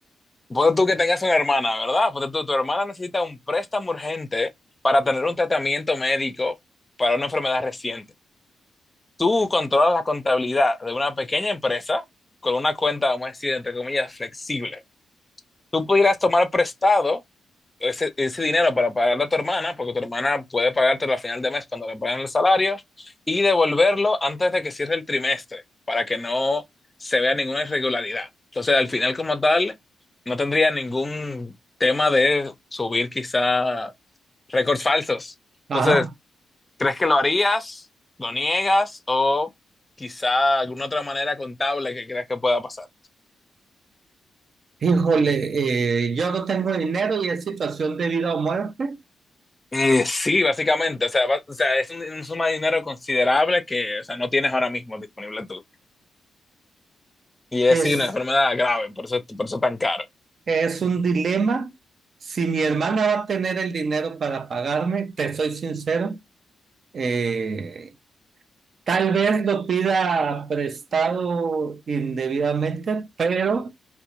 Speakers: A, on the left; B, on the right.
A: Ponte tú que tengas una hermana, ¿verdad? Ponte tú, tu hermana necesita un préstamo urgente para tener un tratamiento médico para una enfermedad reciente. tú controlas la contabilidad de una pequeña empresa con una cuenta, vamos a decir, entre comillas, flexible. Tú pudieras tomar prestado ese, ese dinero para pagarle a tu hermana, porque tu hermana puede pagártelo al final de mes cuando le paguen el salario, y devolverlo antes de que cierre el trimestre, para que no se vea ninguna irregularidad. Entonces, al final, como tal, no tendría ningún tema de subir quizá récords falsos. Entonces,
B: Ajá.
A: ¿Crees que lo harías? ¿Lo niegas? ¿O quizá alguna otra manera contable que creas que pueda pasar?
B: Híjole, eh, yo no tengo dinero y es situación de vida o muerte
A: Eh, sí, básicamente. O sea, va- o sea, es un, una suma de dinero considerable que, o sea, no tienes ahora mismo disponible tú. Y es
B: Es,
A: sí, una enfermedad grave, por eso, por eso tan caro.
B: es un dilema. Si mi hermana va a tener el dinero para pagarme, te soy sincero, eh, tal vez lo pida prestado indebidamente, pero